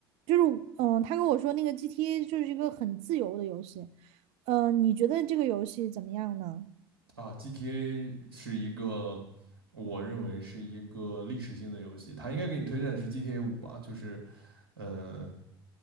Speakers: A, on the right; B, on the right.
A: 就是嗯，他跟我说那个 GTA 就是一个很自由的游戏。嗯，你觉得这个游戏怎么样呢？
B: 啊，GTA 是一个，我认为是一个历史性的游戏，它应该给你推荐的是 GTA 五吧，就是，呃，